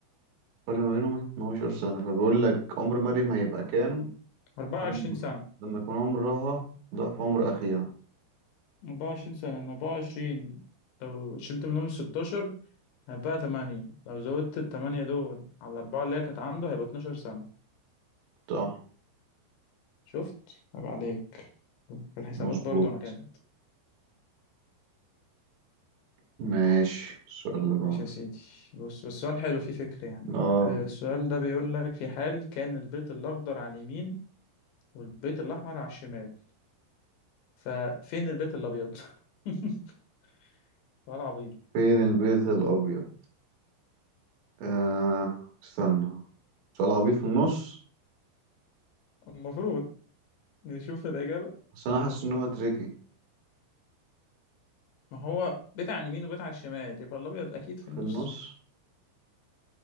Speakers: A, on the right; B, on the left.
A: فرق ما بينهم 12 سنة فبقول لك عمر مريم هيبقى كام
B: 24
A: لما
B: سنة
A: لما يكون عمرها ضعف عمر أخيها
B: 24 سنة من 24 لو شلت منهم 16 هيبقى 8 لو زودت ال 8 دول على الأربعة اللي هي كانت عنده هيبقى 12 سنة
A: صح
B: شفت؟ عيب عليك في الحسابات
A: مظبوط
B: برضه أنا جامد
A: ماشي السؤال اللي بعده
B: ماشي يا سيدي بص بس السؤال حلو فيه فكرة يعني
A: اه
B: آه، السؤال ده بيقول لك في حال كان البيت الأخضر على اليمين والبيت الأحمر على الشمال ففين البيت الأبيض؟ <laughs> سؤال عبيط
A: فين البيت الأبيض آه استنى سؤال عبيط في النص
B: المفروض نشوف الإجابة
A: بس أنا حاسس إن هو تريكي
B: ما هو بيت على اليمين وبيت على الشمال يبقى الأبيض أكيد في
A: في
B: النص
A: النص